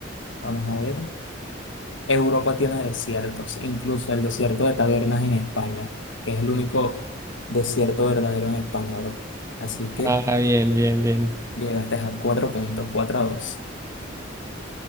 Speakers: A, on the left; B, on the right.
A: vamos a ver. Europa tiene desiertos, incluso el desierto de Tabernas en España, que es el único desierto verdadero en España, bro. Así que
B: Ah, bien, bien, bien.
A: Llegaste a cuatro puntos, cuatro a dos